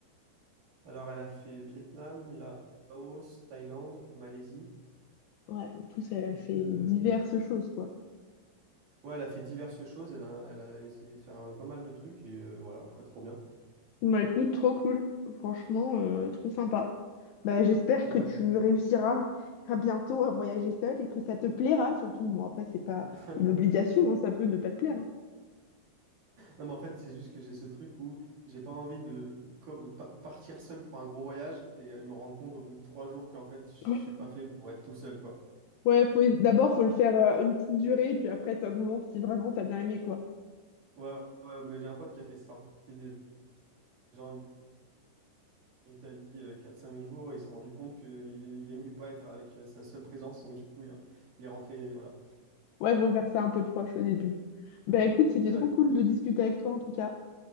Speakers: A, on the right; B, on the left.
A: Alors, elle a fait Vietnam, Laos, Thaïlande, Malaisie.
B: Ouais, en plus, elle a
A: Et
B: fait
A: euh,
B: diverses choses, quoi.
A: ouais, elle a fait diverses choses. Elle a, elle a essayé de faire euh, pas mal de trucs et euh, voilà, quoi, trop bien.
B: Bah écoute, trop cool. Franchement, euh, trop sympa. Bah, j'espère
A: Ouais.
B: que tu réussiras à bientôt à voyager seul et que ça te plaira surtout. Bon, après, c'est pas
A: <laughs>
B: une obligation, hein, ça peut ne pas te plaire. hein.
A: Non, mais en fait, c'est juste que j'ai ce truc où j'ai pas envie de co- pa- partir seul pour un gros voyage et euh, me rendre compte au bout de trois jours qu'en fait, je suis
B: Ouais,
A: pas fait pour être tout seul, quoi.
B: Ouais, faut, d'abord, faut le faire euh, une petite durée, puis après, t'augmentes si vraiment t'as bien aimé, quoi.
A: Ouais, ouais, mais j'ai un pote qui a fait partie des gens en Italie euh, 4-5 jours et il s'est rendu compte qu'il il aimait pas être avec euh, sa seule présence, donc du coup il est, il est rentré, voilà.
B: Ouais, faut faire ça un peu proche au début. Bah écoute, c'était
A: Ouais.
B: trop cool de discuter avec toi en tout cas.